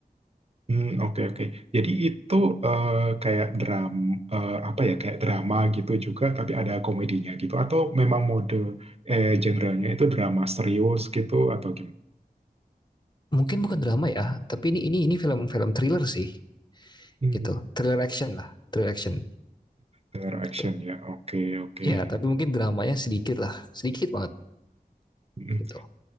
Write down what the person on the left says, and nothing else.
mungkin bukan drama ya tapi ini ini ini film-film thriller sih
gitu thriller action lah thriller action
gitu
ya tapi mungkin dramanya sedikit lah sedikit banget
gitu